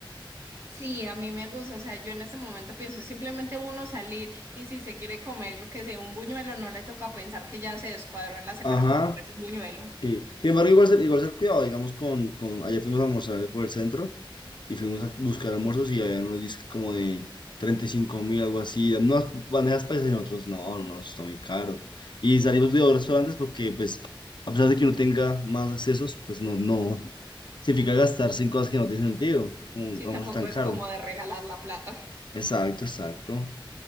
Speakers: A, on the right; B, on the left.
A: Sí, a mí me gusta, o sea, yo en este momento pienso simplemente uno salir y si se quiere comer, yo que sé, un buñuelo, no le toca pensar que ya se descuadró en la semana
B: Ajá,
A: por comerse un buñuelo.
B: sí. Sin embargo, igual ser, igual ser cuidado, digamos, con, con, ayer fuimos a almorzar por el centro. y fuimos a buscar almuerzos y había unos discos como de treinta y cinco mil, algo así, unas bandejas paisas y nosotros, no, no, eso está muy caro. Y salimos de dos restaurantes porque, pues, a pesar de que uno tenga más accesos, pues no, no, significa gastarse en cosas que no tienen sentido, como un
A: Sí,
B: almuerzo
A: tampoco
B: tan caro.
A: es como de regalar la plata.
B: Exacto, exacto.